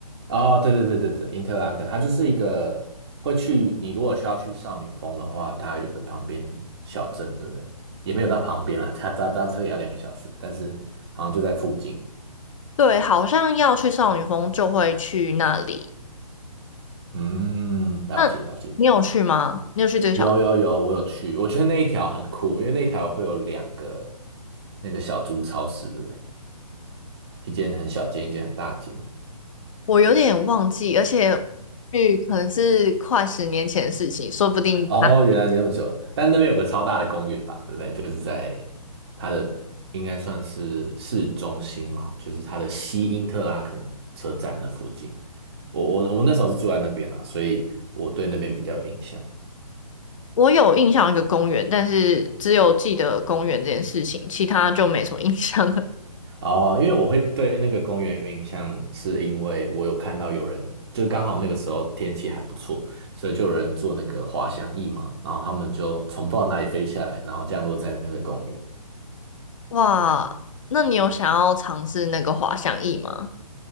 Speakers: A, on the right (about 40°); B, on the left (about 55°).
A: 哦，对对对对对，因特拉肯，它就是一个会去，你如果需要去少女峰的话，它有一个旁边小镇，对不对？也没有到旁边了，它搭搭车也要两个小时，但是好像就在附近。
B: 对，好像要去少女峰就会去那里。
A: 嗯，了解了解，
B: 那你有去吗？你有去这个小？
A: 有有有，我有去，我觉得那一条很酷，因为那条会有两个那个小猪超市，对不对？一间很小间，一间很大间。
B: 我有点忘记，而且去可能是快十年前的事情，说不定他
A: 哦，原来这么久，但那边有个超大的公园吧，对不对？就是在它的应该算是市中心嘛，就是它的西因特拉肯车站那附近。我我我们那时候是住在那边啦，所以我对那边比较有印象。
B: 我有印象一个公园，但是只有记得公园这件事情，其他就没什么印象了。
A: 哦，因为我会对那个公园有印象，是因为我有看到有人，就刚好那个时候天气还不错，所以就有人坐那个滑翔翼嘛，然后他们就从不知道哪里飞下来，然后降落在那个公园。
B: <laughs> 哇，那你有想要尝试那个滑翔翼吗？